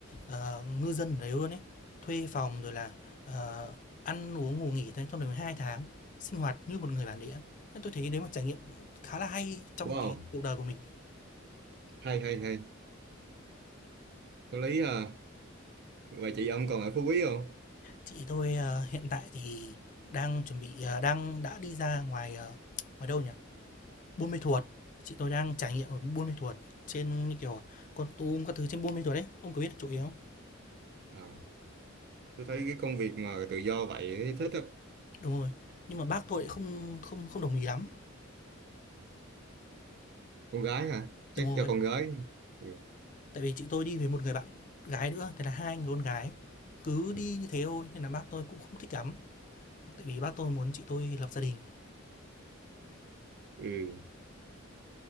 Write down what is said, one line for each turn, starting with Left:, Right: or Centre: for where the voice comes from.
Left: ờ, ngư dân ở đấy luôn ấy. Thuê phòng rồi là, ờ, ăn uống ngủ nghỉ thôi, trong đấy 2 tháng, sinh hoạt như một người bản địa. Thế tôi thấy đấy một trải nghiệm khá là hay trong
Right: wow
Left: cái cuộc đời của mình.
Right: hay hay hay có lý à vậy chị ông còn ở Phú Quý không
Left: Chị tôi, ờ, hiện tại thì đang chuẩn bị, à, đang đã đi ra ngoài, ờ, ngoài đâu nhỉ? Buôn Mê Thuột, chị tôi đang trải nghiệm ở Buôn Mê Thuột trên như kiểu Kon Tum các thứ trên Buôn Mê Thuột đấy ông có biết chỗ yếu không?
Right: à tôi thấy cái công việc mà tự do vậy thấy thích á
Left: Đúng rồi, nhưng mà bác tôi
Right: ừ.
Left: lại không không không đồng ý lắm.
Right: con gái à chắc
Left: Đúng
Right: cho
Left: rồi,
Right: con gái ừ.
Left: tại vì chị tôi đi với một người bạn gái nữa, thế là hai người con gái cứ
Right: ừ.
Left: đi như thế thôi nên là bác tôi cũng không thích lắm. Tại vì bác tôi muốn chị tôi lập gia đình.
Right: Ừ,